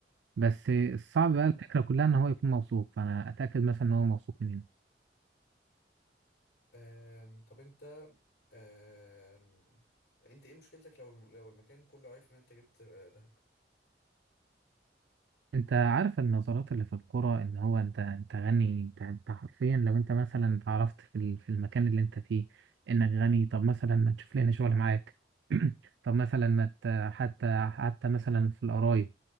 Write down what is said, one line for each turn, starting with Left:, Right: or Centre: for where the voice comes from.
Right: بس الصعب بقى
Left: اه
Right: الفكرة كلها إن هو يكون موثوق فأنا أتأكد مثلا إن هو موثوق مني
Left: أم، طب انت أم، انت ايه مشكلتك لو الم- لو المكان كله عارف ان انت جبت آه، دهب
Right: انت عارف النظرات اللي في الكرة ان هو انت انت غني انت انت حرفيا لو انت مثلا اتعرفت في ال- في المكان اللي انت فيه انك غني طب مثلا ما تشوف لنا شغل معاك <clears throat> طب مثلا ما ت- حتى حتى مثلا في القرايب